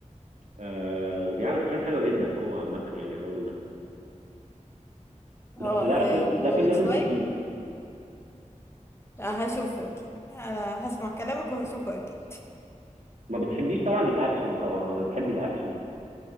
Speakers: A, on the right; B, on the left.
A: آه وبيعمل افلام حلوه جدا هو عامه يعني الراجل ده بس
B: اه
A: لا
B: آه،
A: فيلم
B: ومن
A: ده فيلم لازم
B: شوية
A: تشوفيه
B: آه، هشوفه أكيد أنا هسمع كلامك وهشوفه أكيد
A: ما بتحبيش طبعا الاكشن طبعا ولا بتحبي الاكشن